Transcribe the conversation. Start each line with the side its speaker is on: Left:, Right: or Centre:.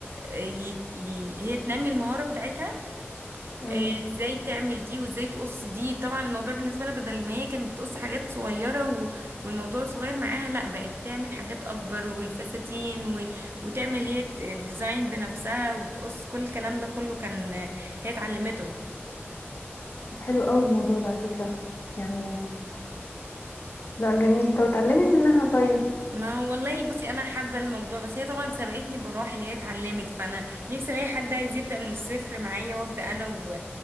Right: آه، ي- ي- هي تنمي المهارة بتاعتها
Left: امم
Right: آه، ازاي تعمل دي وازاي تقص دي طبعا الموضوع بالنسبة لها بدل ما هي كانت بتقص حاجات صغيرة و- والموضوع صغير معاها لا بقت تعمل حاجات اكبر والفساتين و- وتعمل هي الديزاين بنفسها وتقص كل الكلام ده كله كان آه، هي اتعلمته
Left: طب حلو قوي الموضوع ده على فكرة يعني لا جميل طب اتعلمي منها طيب
Right: ما والله بصي انا حابه الموضوع بس هي طبعا سبقتني بالروح اللي هي اتعلمت فانا نفسي الاقي حد عايز يبدا من الصفر معايا وابدا انا و...